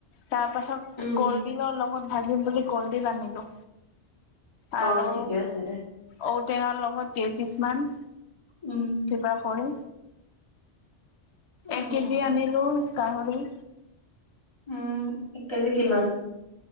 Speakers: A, on the left; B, on the left.
A: তাৰপাছত
B: উম
A: কলডিলৰ লগত ভাজিম বুলি। কলডিল আনিলো আৰু।
B: অ ঠিকে আছে দে
A: ঔটেঙাৰ লগত কে কিছুমান।
B: উম।
A: কিবা কৰি
B: উম
A: এক কেজি আনিলোঁ গাহৰি।
B: উম এক কেজি কিমান।